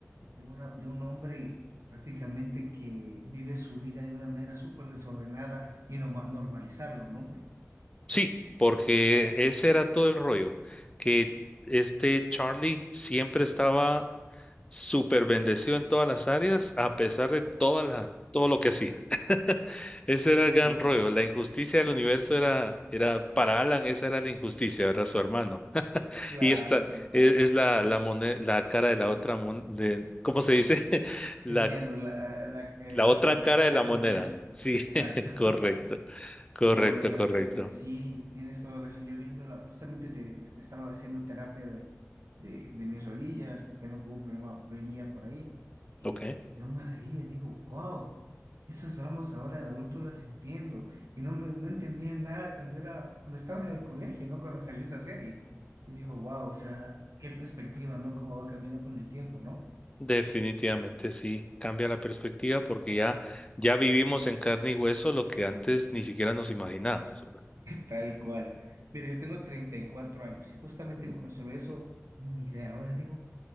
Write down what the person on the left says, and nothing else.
Sí, porque ese era todo el rollo, que este Charlie siempre estaba súper bendecido en todas las áreas, a pesar de toda la, todo lo que hacía. <laughs> Ese era el gran
rollo. La injusticia del universo era, era para Alan, esa era la injusticia, era su hermano. <laughs>
Y esta
e- es, la, la, mone- la cara de la otra, mon- de, ¿cómo se dice? <laughs> La,
la
otra cara
de la
moneda.
Sí,
<laughs> correcto,
correcto,
correcto.
Ok.
Definitivamente sí, cambia la perspectiva porque ya, ya vivimos en carne y hueso lo que antes ni siquiera nos imaginábamos, ¿verdad?